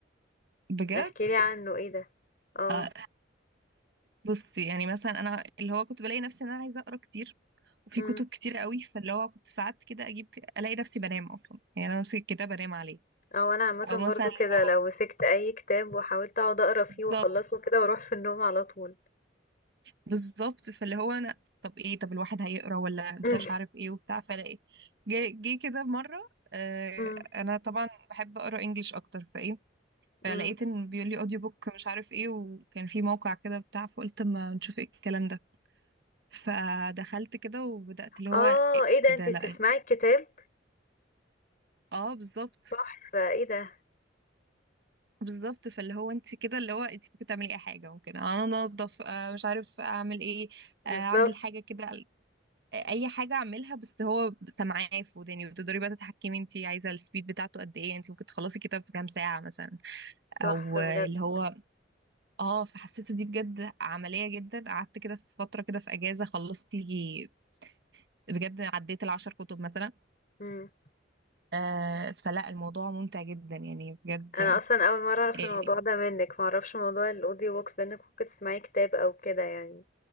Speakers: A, on the right; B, on the left.
A: بجد
B: احكيلي عنه ايه ده اه
A: آه، بصي يعني مثلا انا اللي هو كنت بلاقي نفسي ان انا عايزة اقرا كتير وفي
B: أم.
A: كتب كتير قوي فاللي هو كنت ساعات كده اجيب ك- الاقي نفسي بنام اصلا يعني انا امسك الكتاب انام عليه
B: او انا عامة
A: او مثلا
B: برضو
A: اللي
B: كده
A: هو
B: لو مسكت اي كتاب وحاولت اقعد اقرا فيه
A: بالظبط
B: واخلصه كده واروح في النوم على طول
A: بالظبط فاللي هو انا طب ايه طب الواحد هيقرا ولا انتش
B: أم،
A: عارف ايه وبتاع فلاقي جه جه كده مره آه
B: أم،
A: انا طبعا بحب اقرا انجليش اكتر فايه فلقيت
B: أم.
A: ان بيقول لي اوديو بوك مش عارف ايه وكان في موقع كده بتاع فقلت اما نشوف ايه الكلام ده فدخلت كده وبدات اللي هو
B: اه
A: ايه
B: ايه ده انتي
A: ده لا
B: بتسمعي الكتاب
A: اه بالظبط
B: تحفة! إيه ده؟
A: بالظبط فاللي هو انت كده اللي هو انت ممكن تعملي اي حاجه ممكن انا انضف آه مش عارف اعمل ايه
B: بالضبط،
A: آه، اعمل حاجه كده اي حاجه اعملها بس هو سامعاه في وداني وتقدري بقى تتحكمي انت عايزه السبيد بتاعته قد ايه انت ممكن تخلصي كتاب في كام ساعه مثلا
B: تحفة
A: او اللي
B: بجد.
A: هو اه فحسيته دي بجد عمليه جدا قعدت كده في فتره كده في اجازه خلصت يجي بجد عديت العشر كتب مثلا
B: إمم.
A: آه فلا الموضوع ممتع جدا يعني بجد
B: أنا أصلًا أول مرّة أعرف
A: يعني
B: الموضوع ده منِّك، ما أعرفش موضوع الaudio books ده إنِّك ممكن تسمعي كتاب أو كده يعني.